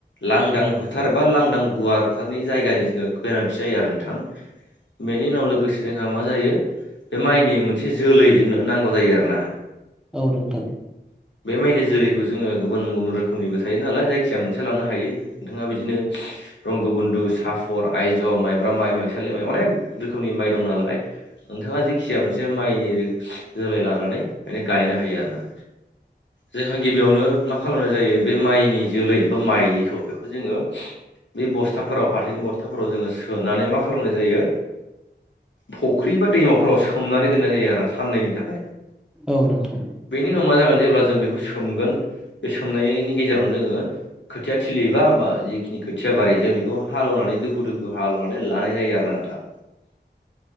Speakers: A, on the left (about 85°); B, in the centre.
A: लांदां फोथार बा लांदां गुवार फोथारनि जायगानि जोङो गोनांथि जायो आरो नोंथां। बेनि उनाव लोगोसे जोंहा मा जायो? बे माइनि मोनसे जोलै जोंनो नांगौ जायो आरो ना?
B: औ नोंथां
A: बे माइनि जोलैखौ जोङो गुबुन गुबुन रोखोमनिबो थायो नालाय थजायखिजाया मोनसे लानो हायो नोंथाङा बिदिनो रंग बन्धु साफर आयज' माइब्रा माइ माइसालि माइ अनेक रोखोमनि माइ दं नालाय। नोंथाङा जेखिजाया मोनसे माइनि जोलै लानानै माने गायनो हायो आरो। जोंहा गिबियावनो मा म खालामनाय जायो बे माइनि जोलै बा माइलिखौ बेखौ जोङो बे बस्थाफोराव फाथैनि बस्थाफोराव जोङो सोनानै मा खालामनाय जायो? फुख्रि बा दैमाफोराव सोमनानै दोननाय जायो आरो साननैनि थाखाय।
B: औ नथां
A: बेनि उनाव मा जागोन जेब्ला जों बेखौ सोमगोन बे सोमनायनि गेजेरावनो जोङो खोथिया थिलियोबा बा जिखिनि खोथिया बारि जों बेखौ हालेवनानै दुफु दोफु हालेवनानै लानाय जायो आर ना नोंथां।
B: <inaudible>